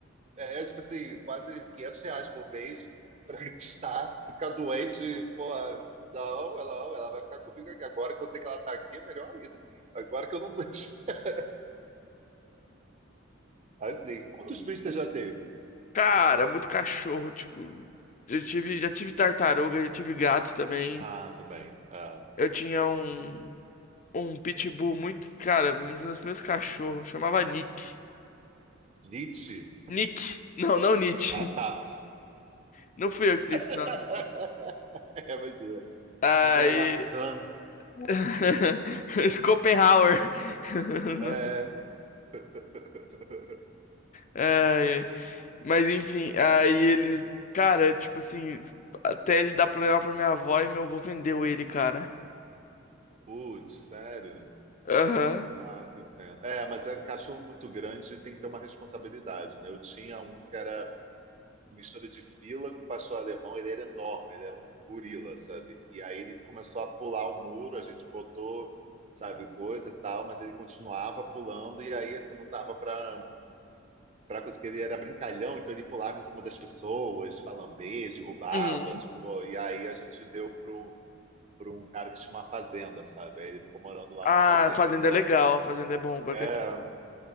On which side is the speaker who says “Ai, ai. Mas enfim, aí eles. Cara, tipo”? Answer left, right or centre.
Left